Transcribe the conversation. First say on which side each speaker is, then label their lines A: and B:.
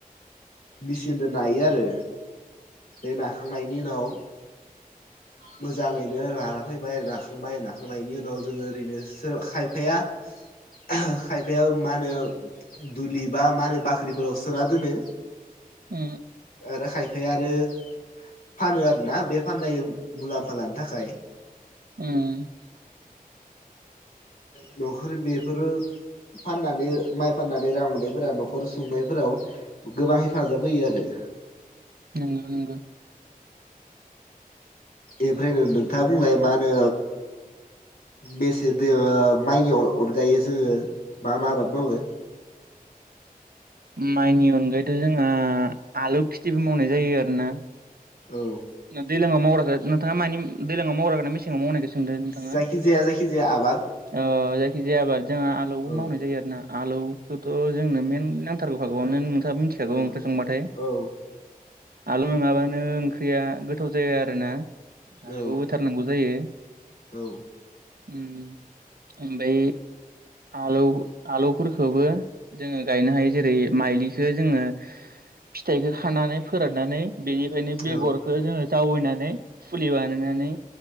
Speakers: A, on the left; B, on the right.
A: मेचिनजों नायो आरो बे नाखांनायनि उनाव मोजाङैनो रा फैबाय राखांबाय नाखांनायनि उनाव जोङो ओरैनो सोरबा खायफाया <inaudible> खायफाया मा नो दुलि बा मा होनो बाख्रिफोराव सोना दोनो।
B: उम
A: आरो खाय ओमफ्राय आरो फानो आरो ना बे फाननाय मुलाम्फा लानो थाखाय।
B: उम
A: <inaudible> <unintelligible> न'खर बेफोरो फाननानै माइ फाननानै रां मोननायफोरा न'खर सुंनायफोराव गोबां हेफाजाब होयो आरो।
B: नोंगौ नोंगो
A: इनिफ्रायनो नोंथाङा बुंलाय मा होनो बेसे दो माइनि अनगायै जोङो मा मा आबाद मावो।
B: माइनि अनगायैथ' जोंहा आलु खिथिबो मावनाय जायो आरोना।
A: औ
B: न दैलांआव मावग्रा जाद नोंथाङा मानि उम दैलाङाव मावग्रा ना मेसेङाव मावनायखो सोंदो नोंथाङा
A: जायखिजाया जायखिजाया आबाद
B: ओ जायखि जाया आबाद जोंहा आलौबो
A: औ
B: मावनाय जायो आरोना आलौ थ' जोंनो मेन नांथारगौ खागौ नों नोंथाङा मिथिखागौ
A: औ
B: ओंख्रि संबाथाय।
A: औ
B: आलु नङाबानो ओंख्रिया गोथाव जाया आरो ना। आलौ
A: औ
B: होथारनांगौ जायो
A: औ
B: उम ओमबै आलौ आलौफोरखौबो जोङो गायनो हायो जेरै माइलिखो जोङो फिथाइखो खानानै फोराननानै बेनिखायनो बेगरखो
A: औ
B: जोङो जावैनानै फुलि बानायनानै